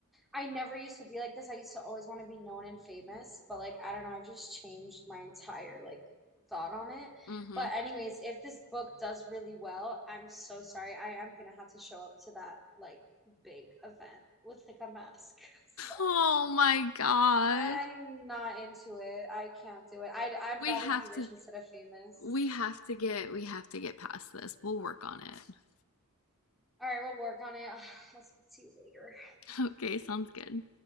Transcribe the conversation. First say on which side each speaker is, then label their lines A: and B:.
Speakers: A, in the centre; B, on the left.
A: I never used to be like this. I used to always want to be known and famous, but like I don't know, I've just changed my entire like thought on it.
B: Mm-hmm.
A: But
B: <laughs>
A: anyways, if this book does really well, I'm so sorry. I am gonna have to show up to that like big event with like a mask. <laughs> Sorry.
B: Oh my god.
A: I'm not into it. I can't do it. I'd I'd
B: We
A: rather
B: have
A: be rich
B: to
A: instead of famous.
B: we have to get we have to get past this. We'll work on it. <laughs>
A: All right, we'll work on it. <sighs> I'll speak to you later.
B: Okay, sounds good.